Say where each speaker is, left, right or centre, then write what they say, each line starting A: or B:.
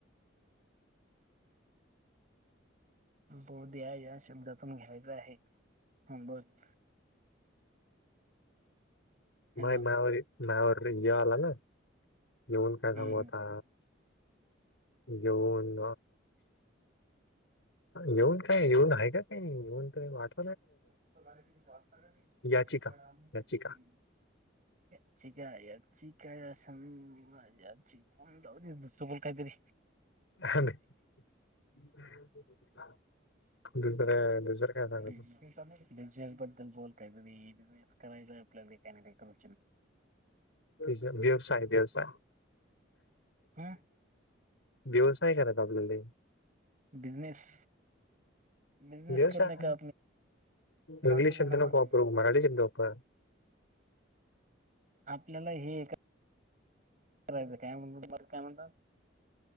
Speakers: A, on the right (about 40°); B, on the left (about 70°).
A: बोध या या शब्दातून घ्यायच आहे बोध हॅलो
B: मा मावर मा्यावर य आला ना येऊन
A: हम्म
B: काय सांगूता
A: हम्म
B: येऊन येऊन काय येऊन आहे का काही येऊन त वाट
A: स्
B: याचिका याचिका
A: या च काय या च काय समी मवाची अमव दुस् बोल कायतरी
B: ह दुसरे दुसरं काय सांग
A: बि बिझनेस बद्दल बोलयच बिझनेस करायचा आपल्याला कॅनडकड
B: ज व्यवसाय व्यवसाय
A: ह
B: व्यवसाय करत आपल्याला
A: बिजनेस बिजनेस
B: व्यवसाय
A: कर का
B: इंग्लिश
A: आप
B: शब्द
A: नबर
B: नको वापरू मराठी शब्द वापर
A: आपल्याला हे ए करायचं काय म्हण तमला काय म्हणतात